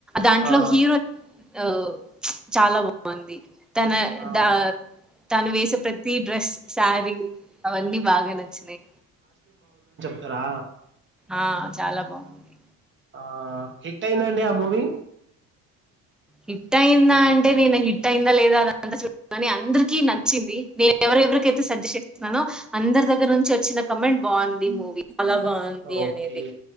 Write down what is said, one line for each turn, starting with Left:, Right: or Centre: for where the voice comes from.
Centre: దాంట్లో
Right: ఆ!
Centre: హీరోయిన్ ఆ చాలా బాగుంది తన
Right: ఆ!
Centre: దా తను వేసుక్ తీ డ్రెస్ సారీ అవన్నీ బాగా నచ్చినయి
Right: తరా
Centre: ఆ చాలా బాగుంది
Right: ఆ హిట్టయిందండి ఆ మూవీ
Centre: హిట్టయిందా అంటే నేను హిట్టయిందా లేదా అదంతా చూలే కాని అందరికీ నచ్చింది వే ఎవరెవరికైతే
Right: ఓకే.
Centre: సజ్జెస్ట్ చేస్తున్నానో అందరి దగ్గర్నుంచి వచ్చిన కమెంట్ బాగుంది మూవీ చాలా బాగుంది
Right: ఓకే.
Centre: అనేది